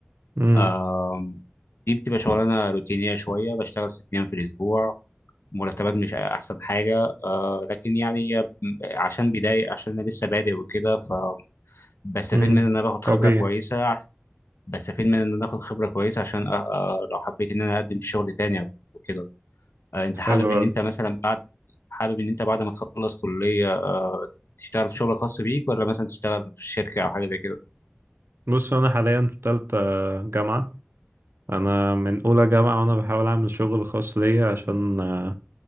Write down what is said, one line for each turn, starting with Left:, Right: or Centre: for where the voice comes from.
Right: مم.
Left: آه دي بتبقى شغلانه روتينيه شويه بشتغل ست ايام في الاسبوع مرتبات مش احسن حاجه آه لكن يعني عشان بدايه عشان انا لسه بادئ وكده ف بستفيد
Right: مم.
Left: من ان انا باخد
Right: طبيعي
Left: خبره كويسه بس فين من ان انا اخد خبره كويسه عشان أ- أ- لو حبيت ان انا اقدم في شغل تاني او كده آه، انت حابب
Right: حلو
Left: ان
Right: أوي
Left: انت مثلا بعد حابب ان انت بعد ما تخلص كليه آه، تشتغل في شغل خاص بيك ولا مثلا تشتغل في شركه او حاجه زي كده
Right: بص أنا حاليا في تالتة جامعة أنا من أولى جامعة وأنا بحاول أعمل شغل خاص ليا عشان آه،